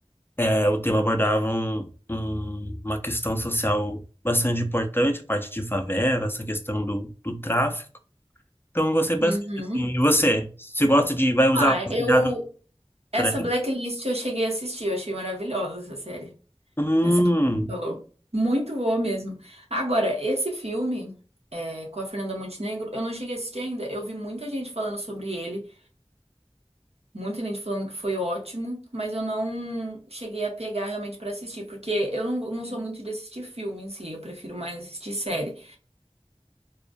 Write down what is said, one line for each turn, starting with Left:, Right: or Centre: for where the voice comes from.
Left: é, o tema abordava um- um- uma questão social bastante importante, a parte de favela, essa questão do, do tráfico. Então, eu gostei bastante,
Right: Uhum.
Left: assim. E você? Você gosta de... Vai usar
Right: Ah,
Left: o cuidado
Right: eu. Essa
Left: para ele?
Right: Blacklist eu cheguei a assistir, eu achei maravilhosa essa série.
Left: Hum.
Right: Essa que você falou. Muito boa mesmo. Agora, esse filme é, com a Fernanda Montenegro, eu não cheguei a assistir ainda. Eu vi muita gente falando sobre ele. Muita gente falando que foi ótimo, mas eu não cheguei a pegar realmente pra assistir, porque eu não, não sou muito de assistir filme em si, eu prefiro mais assistir série.